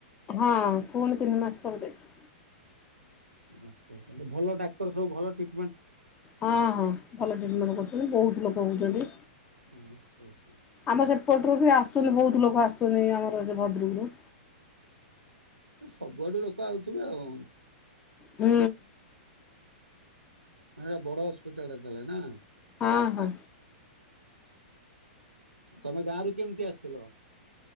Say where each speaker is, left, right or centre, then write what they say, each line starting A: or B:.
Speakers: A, on the left; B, on the right.
A: ହଁ ପୁଣି ତିନି ମାସ ପରେ ଦେଇଛି।
B: ଆଛା ତାହେଲେ ଭଲ ଡାକ୍ତର ସବୁ ଭଲ ଟ୍ରି
A: ହଁ ହଁ ଭଲ ଟ୍ରିଟମେଣ୍ଟ କରୁଛନ୍ତି ବହୁତ ଲୋକ ରହୁଛନ୍ତି।
B: ଆଚ୍ଛା ଆଚ୍ଛା।
A: ଆମ ସେପଟରୁ ବି ଆସୁଛନ୍ତି ବହୁତ ଲୋକ ଆସୁଛନ୍ତି ଆମର ର ଭଦ୍ରକୁରୁ।
B: ସବୁଆଡୁ ଲୋକ ଆଉଥିବେ ଆଉ।
A: ହୁଁ।
B: ଏଟା ବଡ ହସ୍ପିଟାଲ ଟା ନା।
A: ହଁ ହଁ।
B: ତମେ ଗାଁ ରୁ କେମିତି ଆସିଥିଲ? <inaudible>